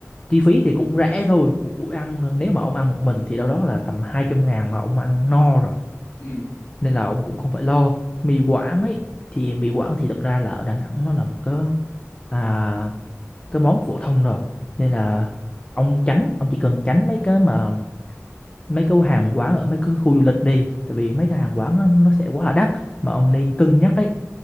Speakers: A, on the left; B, on the left.
A: chi phí thì cũng rẻ thôi một buổi ăn nếu mà ông ăn một mình thì đâu đó là tầm hai trăm ngàn là ông ăn no rồi
B: ừ ừ
A: nên là ông cũng không phải lo mì Quảng
B: ok
A: ấy thì mì Quảng thì thật ra là ở Đà Nẵng nó là một cái à, cái món phổ thông rồi nên là ông tránh ông chỉ cần tránh mấy cái mà mấy cái hàng quán ở mấy cái khu du lịch đi tại vì mấy cái hàng quán nó, nó sẽ quá là đắt mà ông nên cân nhắc ấy